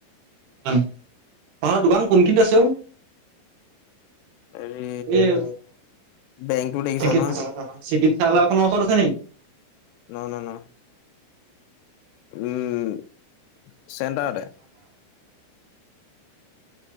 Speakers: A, on the right; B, on the left.
A: তহতৰ দোকান কোনখিনিত আছে অ'?
B: হেৰি
A: এই
B: বেংকটো দেখিছ
A: শ
B: নহয়
A: শিক চালাখন ওচৰত আছে নেকি?
B: ন ন ন উম চেণ্টাৰতে।